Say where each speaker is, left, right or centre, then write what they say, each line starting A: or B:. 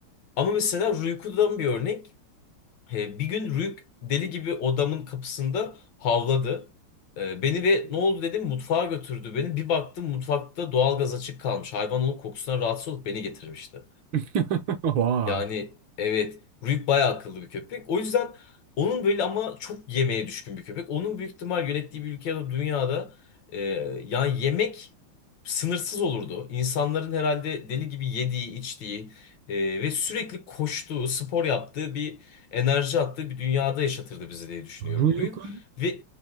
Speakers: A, on the left; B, on the right.
A: Ama mesela Rüyku'dan bir örnek. Ee, bir gün Rüyk deli gibi odamın kapısında havladı. Ee, beni ve ne oldu dedim mutfağa götürdü beni. Bir baktım mutfakta doğalgaz açık kalmış. Hayvan onun kokusundan rahatsız olup beni getirmişti.
B: <laughs> Vay.
A: Yani evet Rüyük bayağı akıllı bir köpek. O yüzden onun böyle ama çok yemeğe düşkün bir köpek. Onun büyük ihtimal yönettiği bir ülke ya da dünyada e, yani yemek sınırsız olurdu. İnsanların herhalde deli gibi yediği, içtiği e, ve sürekli koştuğu, spor yaptığı bir enerji attığı bir dünyada yaşatırdı bizi diye düşünüyorum
B: Ruyuk'un
A: Rüyük. Ve